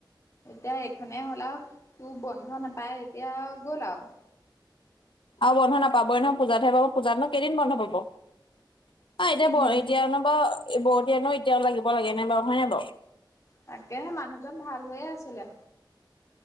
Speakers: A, on the left; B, on the left.
A: এতিয়া এইখনে হ'ল আৰু তোৰ বন্ধ নাপাই তেতিয়া গ'ল আৰু
B: আৰু বন্ধ নাপাবই নহয় পূজাতহে পাব পূজাতনো কেইদিন বন্ধ পাব। অ এতিয়া
A: তিনদিন
B: ব এতিয়া অলপ বা বৰতিয়ানো এতিয়াও লাগিব লাগে নে বাৰু হয় নাই বাৰু
A: তাকেহে মানুহজন ভাল হৈয়ে আছিলে।